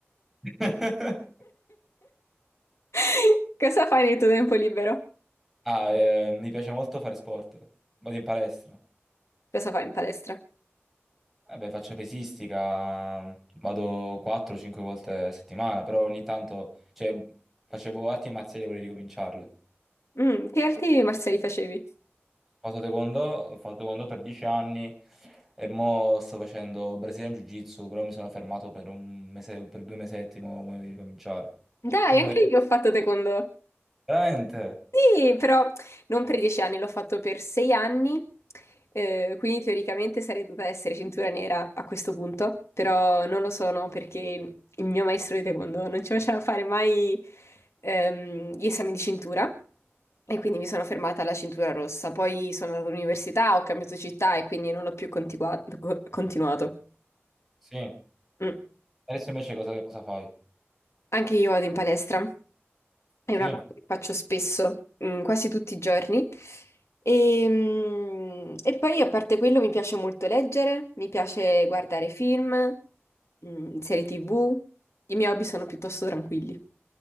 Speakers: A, in the centre; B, on the left.
A: <laughs>
B: <laughs> cosa fai nel tuo tempo libero?
A: Ah, eh, mi piace molto fare sport. Vado in palestra.
B: Cosa fai in palestra?
A: Vabbè, faccio pesistica, vado 4-5 volte a settimana, però ogni tanto, cioè, facevo arti marziali e vorrei ricominciarle.
B: Mm, che arti marziali facevi?
A: Ho fatto taekwondo, ho fatto taekwondo per 10 anni e mo sto facendo Brazilian Jiu-Jitsu, però mi sono fermato per un mese, per due mesetti, mo voglio di ricominciare.
B: Dai,
A: Tu invece?
B: anche io ho fatto taekwondo.
A: Veramente?
B: Sì, però non per dieci anni, l'ho fatto per sei anni, eh, quindi teoricamente sarei dovuta essere cintura nera a questo punto, però non lo sono perché il mio maestro di taekwondo non ci faceva fare mai ehm, gli esami di cintura e quindi mi sono fermata alla cintura rossa. Poi sono andata all'università, ho cambiato città e quindi non l'ho più contigua- co- continuato.
A: Sì.
B: Mm.
A: Adesso invece cosa, cosa fai?
B: Anche io vado in palestra, è
A: Sì.
B: una cosa che faccio spesso, mm, quasi tutti i giorni. E, mm, e poi, a parte quello, mi piace molto leggere, mi piace guardare film, mm, serie TV. I miei hobby sono piuttosto tranquilli.